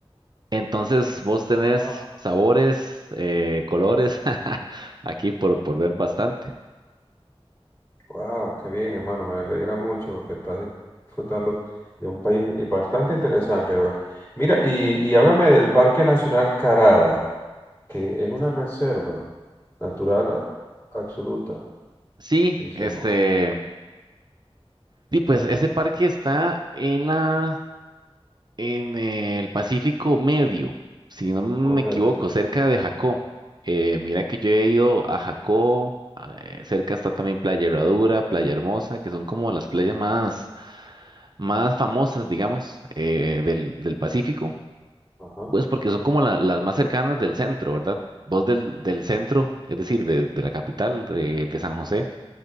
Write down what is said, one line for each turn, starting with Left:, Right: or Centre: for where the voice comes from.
Right: Entonces, vos tenés
Left: ajá.
Right: sabores, eh, colores, <laughs> aquí por, por ver bastante.
Left: wow, qué bien, hermano. Me alegra mucho que estás disfrutando de un país eh, bastante interesante, ¿verdad? Mira, y, y háblame del Parque Nacional Carara, que es una reserva natural a- absoluta,
Right: Sí,
Left: dice,
Right: este,
Left: ¿no?
Right: sí, pues ese parque está en la, en el Pacífico Medio, si no me
Left: Correcto.
Right: equivoco, cerca de Jacó. Eh, mira que yo he ido a Jacó, ah, eh, cerca está también Playa Herradura, Playa Hermosa, que son como las playas más, más famosas, digamos, eh, del, del Pacífico.
Left: Ajá.
Right: Pues porque son como la- las más cercanas del centro, ¿verdad? Vos del, del centro, es decir, de, de la capital de, de San José,